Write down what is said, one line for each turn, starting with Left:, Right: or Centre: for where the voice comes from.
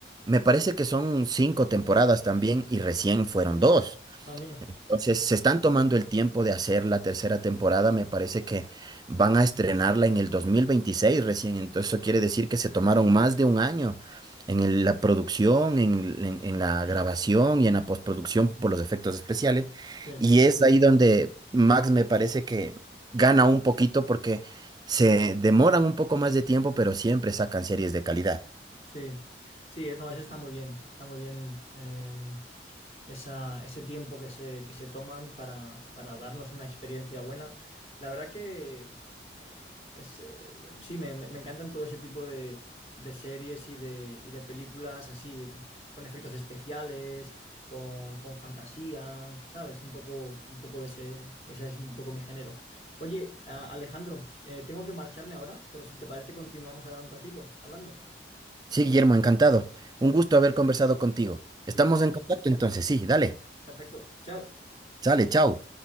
Right: me parece que son cinco temporadas también y recién fueron dos.
Left: Ah, mira.
Right: Entonces, se están tomando el tiempo de hacer la tercera temporada. Me parece que van a estrenarla en el 2026 recién. Entonces, eso quiere decir que se tomaron más de un año en el- la producción, en, en- en la grabación y en la postproducción por los efectos especiales.
Left: Sí,
Right: Y es ahí donde Max me parece que gana un poquito porque se demoran un poco más de tiempo, pero siempre sacan series de calidad.
Left: sí. Sí, no, eso está muy bien. Está muy bien. em, esa, ese tiempo que se, que se toman para, para darnos una experiencia buena. La verdad que eh, es, eh, sí, me, me- me encantan todo ese tipo de, de series y de, y de películas así, con efectos especiales, con, con fantasía, ¿sabes? Un poco, un poco de ese, ese es un poco mi género. Oye, a- Alejandro, eh, tengo que marcharme ahora, pero si te parece continuamos ahora un ratito hablando.
Right: Sí, Guillermo, encantado. Un gusto haber conversado contigo. Estamos
Left: Igualmente.
Right: en contacto entonces. Sí, dale.
Left: Perfecto. Chao.
Right: Sale, chao.